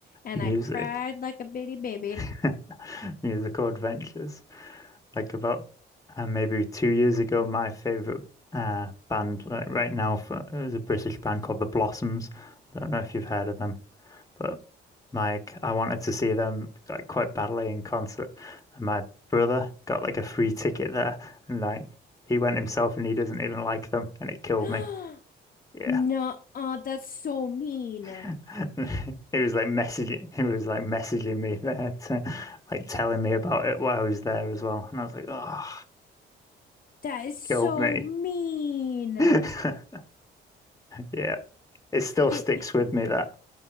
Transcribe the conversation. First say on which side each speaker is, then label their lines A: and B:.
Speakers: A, on the left; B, on the left.
A: And
B: Music.
A: I cried like a bitty baby.
B: <laughs> Musical adventures. Like about uh, maybe two years ago, my favorite uh, band like right now for, it was a British band called The Blossoms. I don't know if you've heard of them. But like I wanted to see them like quite badly in concert. And my brother got like a free ticket there and like he went himself and he doesn't even like them and it killed
A: <gasps>
B: me. Yeah.
A: No, that's so mean.
B: <laughs> He was like messaging he was like messaging me there to like telling me about it while I was there as well. And I was like, oh,
A: That is so
B: killed me.
A: mean.
B: <laughs> Yeah. It still
A: It,
B: sticks with me that